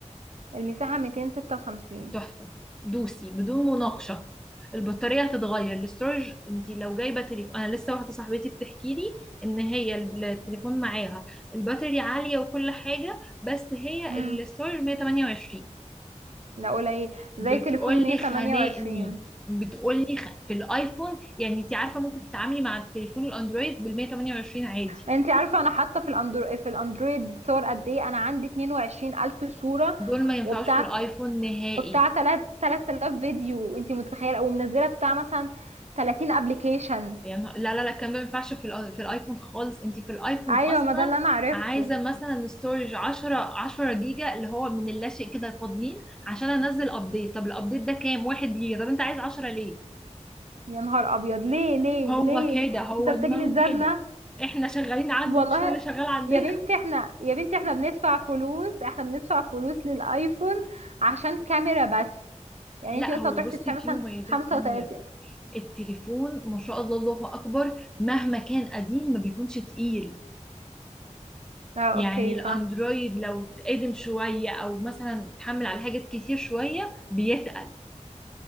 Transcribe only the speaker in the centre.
تحفه دوسي بدون مناقشه البطاريه هتتغير الاستورج انت لو جايبه تليفون انا لسه واحده صاحبتي بتحكي لي ان هي ال- التليفون معاها الباتري عاليه وكل حاجه بس هي
الاستورج 128
بتقولي
خانقني بتقولي خ... في الايفون يعني انت عارفه ممكن تتعاملي مع التليفون الاندرويد بال 128 عادي
دول ما ينفعوش
في الايفون نهائي
يعني لا لا لا الكلام ده ما ينفعش في الأ- في الايفون خالص انت في الايفون
اصلا
عايزه مثلا ستورج 10 10 جيجا اللي هو من اللاشيء كده فاضيين عشان انزل ابديت طب الابديت ده كام 1 جيجا طب انت عايز 10 ليه
هو
كده هو
دماغه كده
احنا شغالين عنده
مش هو اللي شغال عندنا
<laughs>
لا
هو
بصي
في مميزات
تانية التليفون ما شاء الله الله اكبر مهما كان قديم ما بيكونش تقيل
يعني
الاندرويد
لو اتقدم شويه او مثلا اتحمل على حاجات كتير شويه بيتقل